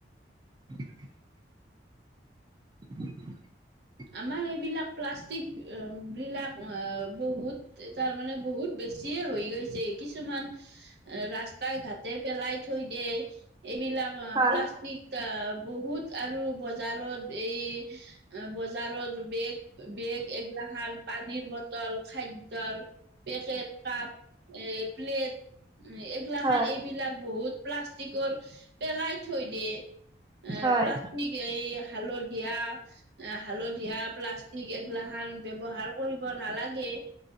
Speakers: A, on the right; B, on the right.
A: <inaudible> <inaudible>
B: আমাৰ এইবিলাক প্লাষ্টিক বিলাক বহুত তাৰমানে বহুত বেছিয়ে হৈ গৈছে কিছুমান ৰাস্তাই ঘাটতে পেলাই থৈ দিয়ে। এইবিলাক
A: হয়,
B: প্লাষ্টিক বহুত আৰু বজাৰত এই বজাৰত বেগ বেগ এগিলাখান পানীৰ বটল, খাদ্যৰ পেকেট কাপ এ প্লেট এইগিলা
A: হয়,
B: খান, এইবিলাক বহুত প্লাষ্টিকৰ পাষ্টিকৰ পেলাই থৈ দিয়ে, এ
A: হয়,
B: প্লাষ্টিক এই হালধীয়া হালধীয়া প্লাষ্টিক এগলাখান ব্যৱহাৰ কৰিব নালাগে।